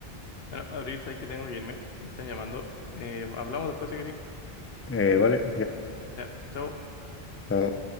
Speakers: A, on the left; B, on the left.
A: Bueno, Abril, sabes que tengo que irme. Me están llamando. Eh, hablamos después si queréis.
B: Eh, vale,
A: Ya, chao.
B: ya.